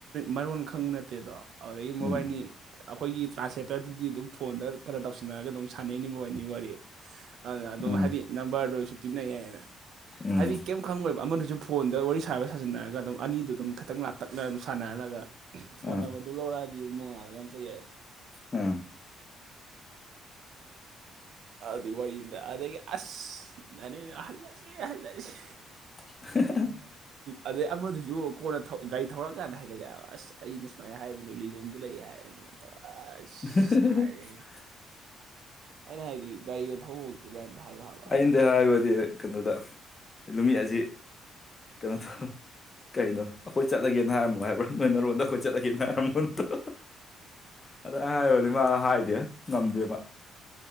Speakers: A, on the right; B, on the left.
A: ꯃꯔꯣꯟ ꯈꯪꯕ ꯅꯠꯇꯦꯗꯣ ꯑꯗꯨꯗꯒꯤ ꯃꯣꯕꯥꯏꯜꯅꯤ
B: ꯎꯝ
A: ꯑꯩꯈꯣꯏꯒꯤ ꯇ꯭ꯔꯥꯟꯁꯂꯦꯇꯔꯗꯨꯗꯤ ꯑꯗꯨꯝ ꯐꯣꯟꯗ ꯈꯔꯣ ꯇꯧꯁꯤꯟꯅꯔꯒ ꯑꯗꯨꯝ ꯁꯥꯟꯅꯩꯅꯤꯡꯕ ꯑꯣꯏꯅꯤ ꯋꯥꯔꯤ ꯑꯗꯨꯅ ꯑꯗꯨꯝ
B: ꯎꯝ
A: ꯍꯥꯏꯗꯤ ꯅꯝꯕꯔꯗꯣ ꯑꯩꯁꯨ ꯄꯤꯅꯩ ꯌꯥꯏꯅ
B: ꯎꯝ
A: ꯍꯥꯏꯗꯤ ꯀꯩꯝ ꯈꯪꯉꯣꯏꯕ ꯑꯃꯗꯨ ꯁꯨ ꯐꯣꯟꯗ ꯋꯥꯔꯤ ꯁꯥꯟꯅꯕ ꯁꯥꯖꯤꯟꯅꯔꯒ ꯑꯗꯨꯝ ꯑꯅꯤꯗꯨ ꯑꯗꯨꯝ ꯈꯤꯇꯪ ꯂꯥꯛꯞꯇꯛꯅ ꯑꯗꯨꯝ ꯁꯥꯟꯅꯍꯜꯂꯒ ꯐꯣꯟ
B: ꯑꯥ
A: ꯑꯃ ꯑꯗꯨ ꯂꯧꯔꯑꯗꯤ ꯑꯗꯨꯝ ꯅꯉꯜꯂꯒ ꯑꯃ ꯆꯠ ꯌꯥꯏꯗꯅ
B: ꯎꯝ
A: ꯑꯗꯨꯏ ꯋꯥꯔꯤꯅꯤꯗ ꯑꯗꯒꯤ ꯑꯁ ꯅꯣꯏ ꯍꯜꯂꯁꯤ ꯍꯜꯂꯛꯁꯦ
B: <unintelligible>
A: ꯑꯗꯩ ꯑꯃꯗꯨꯁꯨ ꯀꯣꯟꯅ ꯒꯥꯔꯤ ꯊꯧꯔꯀꯥꯟꯗ ꯍꯥꯏꯒꯠꯂꯛꯑꯦꯕ ꯑꯁ ꯑꯩꯅ ꯁꯨꯃꯥꯏꯅ ꯍꯥꯏꯕ ꯂꯤ ꯂꯣꯝꯗ ꯂꯩ ꯍꯥꯏꯕꯅꯦ ꯑꯁ
B: <unintelligible>
A: ꯆꯦꯈꯥꯏꯔꯦ ꯑꯩꯅ ꯍꯥꯏꯗꯤ ꯒꯥꯔꯤꯗ ꯊꯧꯕ ꯍꯧꯛꯇ꯭ꯦ ꯀꯥꯏꯅ ꯍꯥꯏꯕ ꯍꯥꯏꯕ
B: ꯑꯩꯅꯗꯤ ꯍꯥꯏꯕꯗꯤ ꯀꯩꯅꯣꯗ ꯅꯨꯃꯤꯠ ꯑꯁꯤ ꯀꯩꯅꯣ ꯇꯧ ꯀꯩꯅꯣ ꯑꯩꯈꯣꯏ ꯆꯠꯂꯒꯦꯅ ꯍꯥꯏꯔꯝꯃꯣ ꯍꯥꯏꯕ꯭ꯔꯥ ꯅꯣꯏ ꯅꯔꯣꯟꯗ ꯑꯩꯈꯣꯏ ꯆꯠꯂꯒꯦꯅ ꯍꯥꯏꯔꯝꯃꯣꯗꯣ
A: <unintelligible>
B: ꯑꯗ ꯑꯩ ꯍꯥꯏꯣꯗꯤ ꯃꯥ ꯍꯥꯏꯗꯦ ꯉꯝꯗꯦ ꯃꯥ